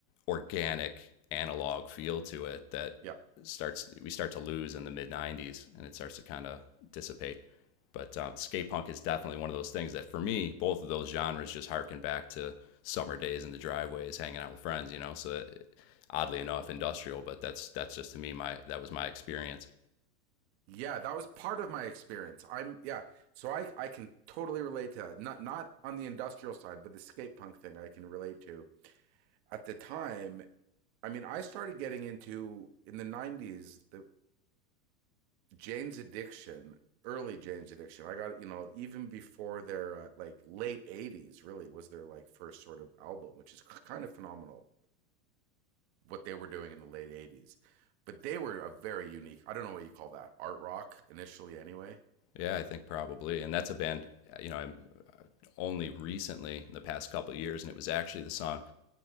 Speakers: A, on the left; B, on the right.
A: organic analog feel to it that
B: Yeah,
A: starts we start to lose in the mid 90s and it starts to kind of dissipate. But um, skate punk is definitely one of those things that for me, both of those genres just harken back to summer days in the driveways, hanging out with friends, you know. So it, oddly enough, industrial, but that's that's just to me my that was my experience.
B: yeah, that was part of my experience. I'm yeah, so I I can totally relate to that. Not not on the industrial side, but the skate punk thing I can relate to. At the time, I mean, I started getting into in the '90s the Jane's Addiction, early Jane's Addiction. I got you know even before their uh, like late '80s really was their like first sort of album, which is kind of phenomenal. what they were doing in the late 80s. But they were a very unique, I don't know what you call that, art rock initially, anyway.
A: Yeah, I think probably, and that's a band you know I'm uh, only recently in the past couple of years, and it was actually the song